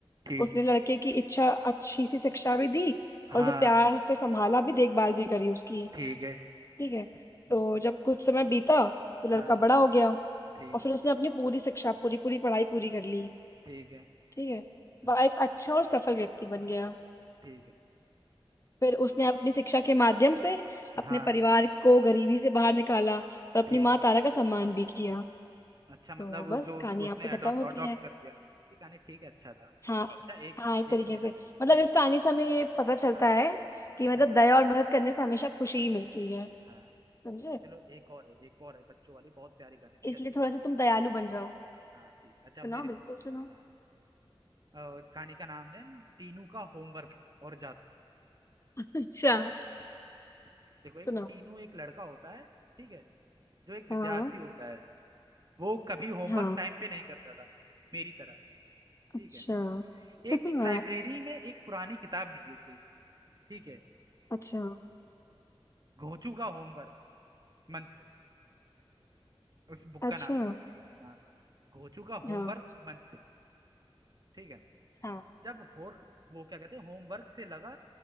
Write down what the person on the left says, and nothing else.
उसने लड़के की इच्छा अच्छी सी शिक्षा भी दी
और उसे प्यार से संभाला भी देखभाल भी करी उसकी
ठीक है
तो जब कुछ समय बीता तो लड़का
बड़ा हो गया
और फिर उसने अपनी पूरी शिक्षा पूरी पूरी पढ़ाई पूरी कर ली
ठीक है
वह एक अच्छा और सफल व्यक्ति बन गया
फिर उसने अपनी शिक्षा के माध्यम से अपने
परिवार को गरीबी से बाहर निकाला और अपनी
माँ तारा का सम्मान भी किया
तो
बस
कहानी
यहाँ पे
खत्म होती
है
हाँ
हाँ एक
तरीके
से मतलब
इस
कहानी से हमें ये पता चलता
है कि मतलब
दया और मदद करने से हमेशा खुशी ही मिलती है
समझे
इसलिए
थोड़ा
सा तुम दयालु बन जाओ
सुनाओ
बिल्कुल सुनाओ
<laughs> अच्छा
सुनाओ
हाँ हाँ
हाँ
अच्छा
<laughs>
हाँ
अच्छा
अच्छा
हाँ
हाँ